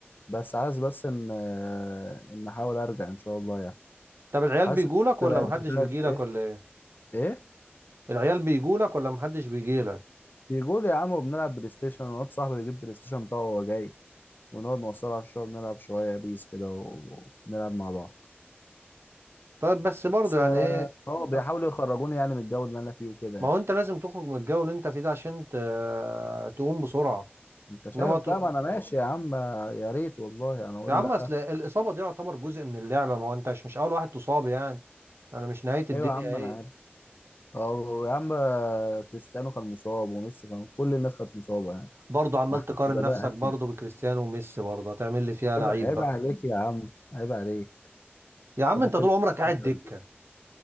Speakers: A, on the left; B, on the right.
A: بس عايز بس ان آه، ان احاول ارجع ان شاء الله يعني
B: طب العيال
A: حاسس
B: بيجولك ولا
A: ان بقت
B: محدش
A: بيجو بتاعت
B: بيجيلك
A: ايه
B: ولا ايه
A: ايه
B: العيال بيجولك ولا محدش بيجيلك
A: بيقول يا عم وبنلعب بلاي ستيشن ونواد صاحبي بيجيب بلاي ستيشن بتاعه وهو جاي ونقعد نوصله على الشغل نلعب شويه بيس كده و- ونلعب مع بعض
B: طيب بس برضه
A: بس
B: يعني
A: آه،
B: ايه
A: هو بيحاولوا
B: آه،
A: يخرجوني يعني من الجو اللي انا فيه وكده
B: ما
A: يعني
B: هو انت لازم تخرج من الجو اللي انت فيه ده عشان ت- آه، تقوم بسرعه
A: انت شايف
B: انما ت...
A: بقى ما انا ماشي يا عم يا ريت والله انا اقول
B: يا عم
A: لا
B: اصل الاصابه دي يعتبر جزء من اللعبه ما هو انت مش مش اول واحد تصاب يعني انا مش نهايه الدنيا
A: ايوه يا عم
B: ايه
A: انا عارف اه يا عم آه، كريستيانو كان مصاب وميسي كان كل الناس كانت مصابه يعني
B: برضه عمال
A: ما حدش
B: تقارن نفسك
A: بدأها
B: برضه بكريستيانو وميسي برضه هتعمل لي فيها لعيب
A: عيب عيب
B: بقى
A: عليك يا عم عيب عليك
B: يا عم
A: انت
B: انت
A: فاكر
B: طول عمرك
A: حد
B: قاعد دكة
A: ولا إيه؟